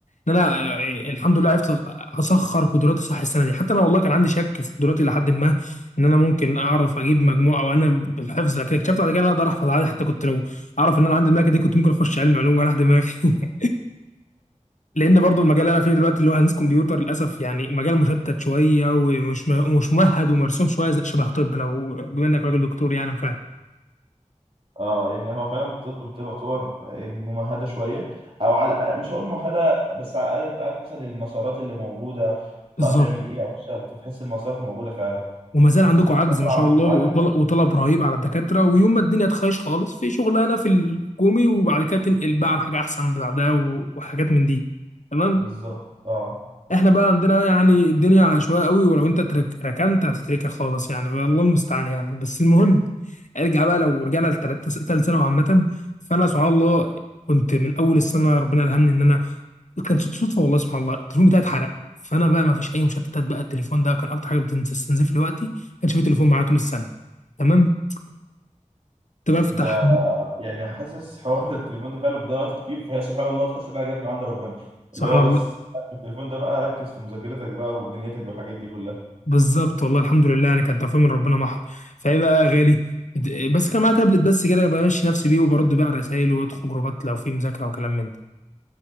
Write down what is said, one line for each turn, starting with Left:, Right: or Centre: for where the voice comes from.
Left: ان انا آه، الحمد لله عرفت اسخر قدراتي صح السنه دي حتى انا والله كان عندي شك في قدراتي لحد ما ان انا ممكن اعرف اجيب مجموعه او انا بالحفظ لكن اكتشفت بعد كده ان انا اقدر احفظ عادي حتى كنت لو اعرف ان انا عندي الملكه دي كنت ممكن اخش علم علوم ولا دماغي <laughs> لان برضو المجال اللي انا فيه دلوقتي اللي هو هندسه كمبيوتر للاسف يعني مجال مشتت شويه ومش مش ممهد ومرسوم شويه زي- شبه طب لو بما انك راجل دكتور يعني فاهم
Right: اه يعني هو فعلا الطب بتبقى تعتبر يعني ممهده شويه او على مش هقول ممهده بس على الاقل انت عارف مثلا المسارات اللي موجوده تطلع
Left: بالظبط
Right: تعمل ايه او تشتغل بتحس المسارات موجوده فعلا
Left: وما زال عندكم
Right: بتاخد
Left: عجز
Right: فتره
Left: ما شاء
Right: عم
Left: الله
Right: تتعلم
Left: وطلب, وطلب رهيب على الدكاترة ويوم ما الدنيا تخيش خالص في شغلانة في الحكومي وبعد كده تنقل بقى على حاجة أحسن بعدها و- وحاجات من دي تمام
Right: بالظبط اه
Left: احنا بقى عندنا يعني الدنيا عشوائيه قوي ولو انت ترك ركنت هتتركها خالص يعني الله المستعان يعني بس المهم ارجع بقى لو رجعنا لثالث ثالث ثانوي عامه فانا سبحان الله كنت من اول السنه ربنا الهمني ان انا كانت صدفه والله سبحان الله التليفون بتاعي اتحرق فانا بقى ما فيش اي مشتتات بقى التليفون ده كان اكتر حاجه بتستنزف لي وقتي ما كانش في تليفون معايا طول السنه تمام كنت بفتح
Right: ده يعني حاسس حوار <laughs> التليفون ده فعلا بيضيع وقت كتير فهي سبحان الله تحس انها جت من عند ربنا
Left: سبحان
Right: اللي هو بس
Left: الله
Right: التليفون ده بقى ركز في مذاكرتك بقى ودنيتك والحاجات دي كلها
Left: بالظبط والله الحمد لله يعني كان توفيق من ربنا محض فايه بقى يا غالي د- بس كان معايا تابلت بس كده بمشي نفسي بيه وبرد بقى على الرسايل وادخل جروبات لو في مذاكره وكلام من